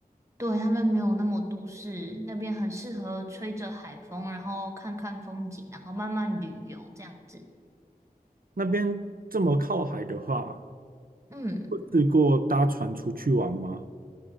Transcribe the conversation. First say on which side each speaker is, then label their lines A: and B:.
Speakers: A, on the right; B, on the right.
A: 对，他们没有那么都市，那边很适合吹着海风，然后看看风景，然后慢慢旅游这样子。
B: 那边这么靠海的话，
A: 嗯。
B: 试过搭船出去玩吗？